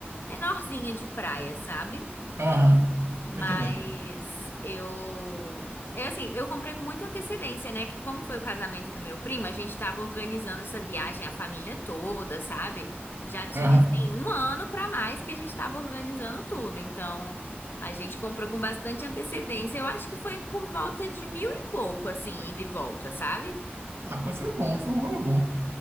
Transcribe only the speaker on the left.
menorzinha de praia, sabe?
Mas
eu. É assim, eu comprei com muita antecedência, né? Que como foi o casamento do meu primo, a gente tava organizando essa viagem, a família toda, sabe? Já tinha,
assim, um ano pra mais que a gente tava organizando tudo. Então, a gente comprou com bastante antecedência. Eu acho que foi por volta de mil e pouco, assim, ida e volta, sabe?